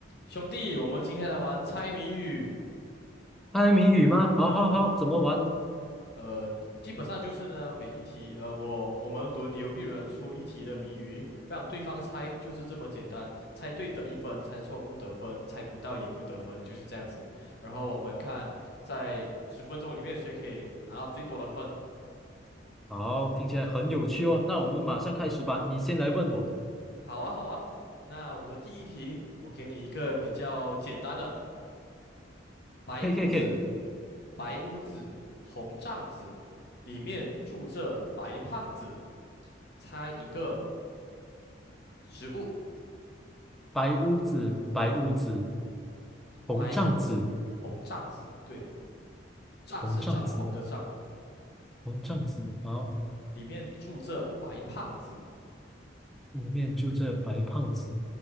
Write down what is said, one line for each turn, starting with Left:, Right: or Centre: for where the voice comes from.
Left: 兄弟，我们今天来玩猜谜语。
Centre: 猜谜语吗？好好好，怎么玩？
Left: 呃，基本上就是呢，每一题，呃，我我们轮流一人出一题的谜语，让对方猜，就是这么简单。猜对得一分，猜错不得分，猜不到也不得分，就是这样子。然后我们看在十分钟里面谁可以拿到最多的分。
Centre: 好，听起来很有趣哦。那我们马上开始吧。你先来问我。
Left: 好啊，好啊。那我的第一题，我给你一个比较简单的：白屋子，
Centre: K K K，
Left: 白屋子，红帐子，里面住着白胖子。猜一个植物，
Centre: 白屋子，白屋子，红帐子，
Left: 白屋子，红帐子，对，帐是帐篷的帐，
Centre: 红帐子，红帐子。好，
Left: 里面住着白胖子。
Centre: 里面住着白胖子，